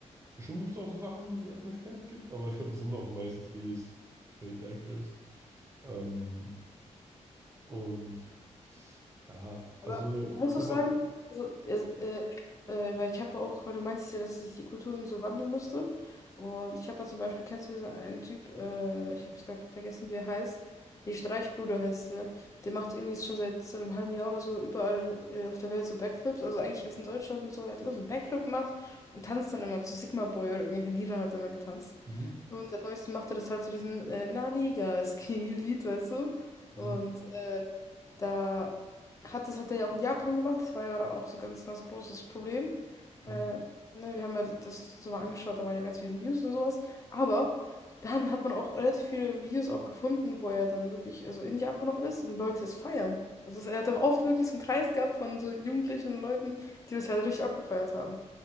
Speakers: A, on the right (about 25°); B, on the left (about 25°).
A: bestimmt gibt es auch so Sachen, die in der Öffentlichkeit gibt, aber ich glaube, das sind auch meistens eh s- Paid Actors. Ähm, und ja, also
B: Aber du musst
A: ist
B: auch
A: auch
B: sagen,
A: was.
B: also, es- äh, äh, weil ich habe auch, weil du meintest ja, dass sich die Kultur irgendwie so wandeln müsste. Und ich habe ja zum Beispiel, kennst du diesen einen Typ, äh, ich habe es gerade vergessen, wie er heißt. Nee, Streichbruder heißt er. Der macht irgendwie schon seit so einem halben Jahr oder so überall äh, auf der Welt so Backflips. Also eigentlich erst in Deutschland und so. Er hat immer so einen Backflip gemacht und tanzt dann immer zu Sigma Boy oder irgendwelchen Liedern hat er immer getanzt.
A: Mhm,
B: Und der Neueste macht er das halt zu so diesen äh, Naniga-Ski-Lied, weißt du?
A: mhm,
B: Und äh, da hat das hat er ja auch in Japan gemacht. Das war ja dann auch so ganz, ganz großes Problem. Äh,
A: mhm.
B: ne, wir haben ja das so mal angeschaut, da waren ja ganz viele News und sowas. Aber dann hat man auch relativ viele Videos auch gefunden, wo er dann wirklich, also in Japan noch ist und Leute es feiern. Also es- er hat auch oft wirklich so einen Kreis gehabt von so Jugendlichen und Leuten, die das halt richtig abgefeiert haben.